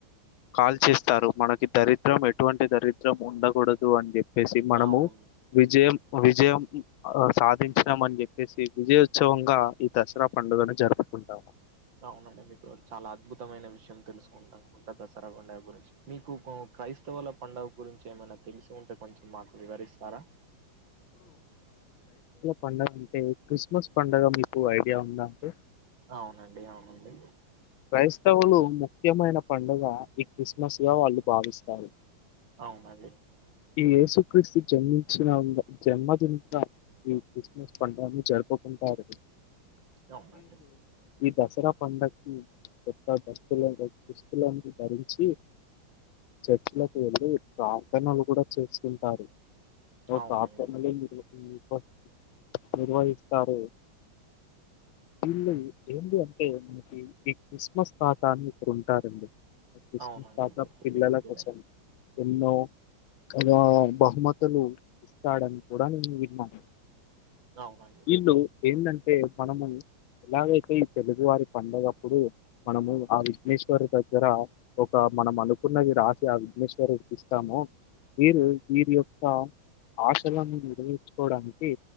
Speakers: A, on the left; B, on the right.
A: కాల్చిస్తారు మనకి దరిద్రం ఎటువంటి దరిద్రం ఉండకూడదు అని చెప్పి వచ్చేసి మనము
B: అవును.
A: విజయం విజయం సాధించినాం అని చెప్పేసి విజయోత్సవం ఈ దసరా పండుగని జరుపుకుంటాము
B: అవునండి మీకు చాలా అద్భుతమైన విషయం తెలుసుకుంటానుకుంట దసరా పండగ గురించి మీకు క్రైస్తవుల పండగ గురించి ఏమైనా తెలిసి ఉంటే కొంచెం మాకు వివరిస్తారా
A: పండగ అంటే క్రిస్మస్ పండగ మీకు ఐడియా ఉందా అండి
B: అవునండి అవునండి
A: క్రైస్తవులు ముఖ్యమైన పండుగ ఈ క్రిస్మస్గా వాళ్ళు భావిస్తారు.
B: అవునండి
A: ఈ యేసు క్రీస్తు జన్మించిన <unintelligible> జన్మ దూత ఈ క్రిస్మస్ పండగని జరుపుకుం కుంటారు
B: అవునండి
A: ఈ దసరా పండక్కి కొత్త దస్తులన్ దుస్తులన్నీ ధరించి చర్చ్ లకు వెళ్ళి ప్రార్థనలు కూడా చేసుకుంటారు. ఓ
B: అవునండి.
A: పాపము లెందరో ఉమ్ పో నిర్వహిస్తారు వీళ్ళు ఏంది అంటే మనకి ఈ క్రిస్మస్ తాతా అని ఒకరు ఉంటారండి. ఆ క్రిస్మస్
B: అవునండి.
A: తాత
B: మీరు చెప్పింది
A: పిల్లల
B: నిజమే.
A: కోసం ఎన్నో తన బహుమతులు ఇస్తాడని <unintelligible> <unintelligible>
B: అవునండి.
A: వీళ్ళు ఏంటంటే మనము ఎలాగైతే ఈ తెలుగు వారి పండగప్పుడు మనము ఆ విఘ్నేశ్వరుడు దగ్గర ఒక మనం అనుకున్నది రాసి ఆ విఘ్నేశ్వరడికి ఇస్తాము వీరు వీరి యొక్క ఆశలను నెరవేర్చుకోవడానికి